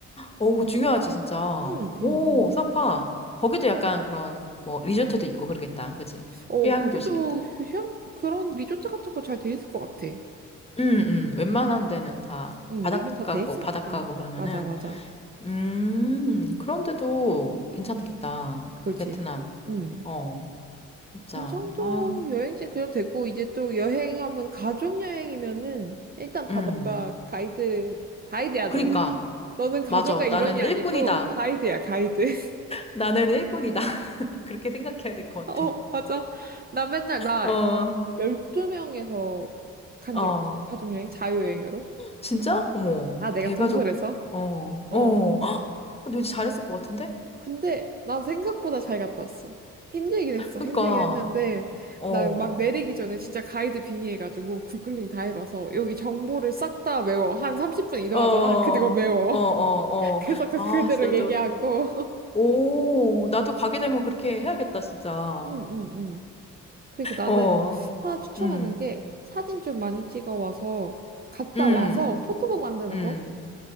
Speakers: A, on the left; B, on the right.
A: 오, 그거 중요하지, 진짜.
B: 응, 응,
A: 오,
B: 응.
A: 사파. 거기도 약간 그런, 뭐, 리조트도 있고 그러겠다. 그지?
B: 어,
A: 휴양
B: 거기도
A: 도시겠다.
B: 휴양, 그런 리조트 같은 거 잘 돼 있을 것 같아.
A: 음, 음. 웬만한 데는 다
B: 응,
A: 바닷가고,
B: 요즘 다 돼 있으니까.
A: 바닷가고 그러면은,
B: 맞아, 맞아.
A: 음, 그런데도 괜찮겠다.
B: 그지?
A: 베트남.
B: 응.
A: 어, 진짜.
B: 그 정도
A: 아,
B: 여행지는 그 정도 됐고 이제 또 여행하면 가족 여행이면은 일단 다
A: 음.
B: 너가 가이드 가이드야
A: 그니까.
B: 너는 너는 가족과
A: 맞아.
B: 일원이
A: 나는 일꾼이다.
B: 아니고 가이드야 가이드 <laughs>
A: 나는 일꾼이다. <laughs> 그렇게 생각해야 될 것
B: 어
A: 같아.
B: 맞아 나 맨날 나
A: 어,
B: 12명에서 간
A: 어.
B: 적 있거든 가족 여행 자유여행으로
A: 진짜? 어머,
B: 아 내가
A: 대가족,
B: 동설에서
A: 어,
B: 어
A: 어. 헉, 근데 왠지 잘했을 것 같은데?
B: 근데 난 생각보다 잘 갔다 왔어. 힘들긴 했어.
A: 그니까,
B: 힘들긴 했는데
A: 어, 어,
B: 나 막 내리기 전에 진짜 가이드 빙의해가지고 구글링 다 해봐서 여기 정보를 싹 다 외워. 한 30분 이동하잖아.
A: 어, 어,
B: 그리고 외워.
A: 어.
B: <laughs> 그래서 그
A: 아,
B: 그대로
A: 진짜 나도,
B: 얘기하고.
A: 오, 나도 가게 되면 그렇게 해야겠다, 진짜.
B: 응, 응, 응. 그리고 나는
A: 어,
B: 하나 추천하는
A: 음,
B: 게 사진 좀 많이 찍어 와서 갔다
A: 음,
B: 와서 포토북 만드는
A: 음.
B: 거?